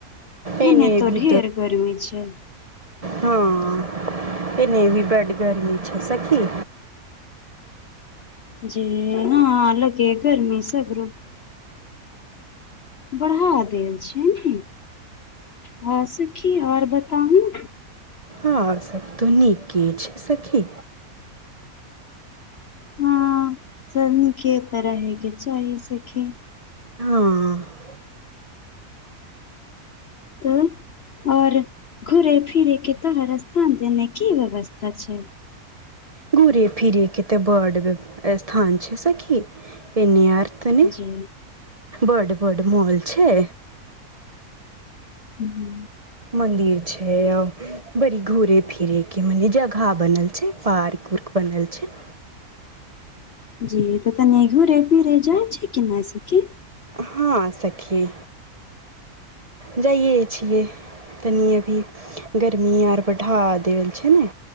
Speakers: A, on the right; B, on the left.
A: एने
B: एते तऽ
A: भी
B: ढेर गरमी छै
A: हँ एने भी बड गर्मी छै सखी
B: जी हँ अलगे गर्मी सगरो बढ़ा देल छनिकि हँ सखी आओर बताउ न
A: हँ स तू नीके छै सखी
B: हँ सब नीके तऽ रहैके चाही सखी
A: हँ
B: त आओर घुरे फिरे के तऽ रस हं जेना की व्यवस्था छै
A: घूरे फिरे के तऽ बड बेब स्थान छै सखी एनी आर तनी
B: जी
A: बड बड मॉल छै
B: हुं हुं
A: मंदिर छै बड़ी घूरे फिरे के मने जगह बनल छै पार्क उर्क बनल छै
B: जी त तनी घूरे फिरे जाय छै कि नहि सखी
A: हँ सखी जाइए छियै कनि अभी गर्मी आर बढ़ा देल छै ने